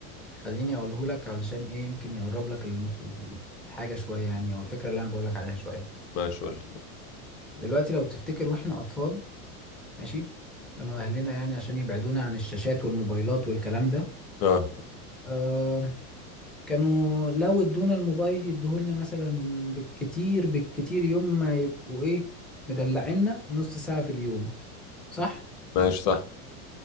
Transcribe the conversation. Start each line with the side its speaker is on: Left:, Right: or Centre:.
Centre: خليني اقوله لك علشان ايه يمكن يقرب لك ال- ال- الحاجة شوية يعني او الفكرة اللي انا بقول لك عليها شوية
Left: ماشي قول لي.
Centre: دلوقتي لو تفتكر واحنا اطفال ماشي كانوا اهلنا يعني عشان يبعدونا عن الشاشات والموبايلات والكلام ده
Left: اه
Centre: آه، كانوا لو ادونا الموبايل يديهولنا مثلا بالكتير بالكتير يوم ما يبقوا ايه مدلعنا نص ساعة في اليوم صح
Left: ماشي صح